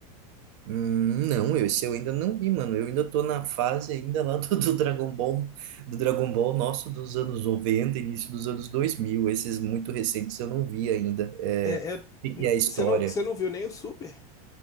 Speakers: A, on the right; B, on the left.
A: Hum, não, eu, esse eu ainda não vi, mano. Eu ainda tô na fase ainda lá <laughs> do, do Dragon Ball, do Dragon Ball nosso dos anos 90, início dos anos 2000. Esses muito recentes eu não vi ainda. É,
B: É,
A: o
B: é-
A: que
B: n-
A: que é a história?
B: você não, você não viu nem o Super?